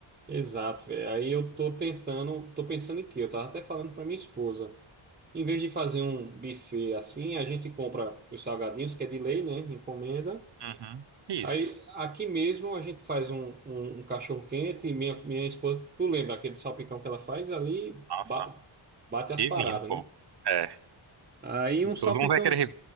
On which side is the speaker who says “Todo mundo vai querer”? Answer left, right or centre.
Right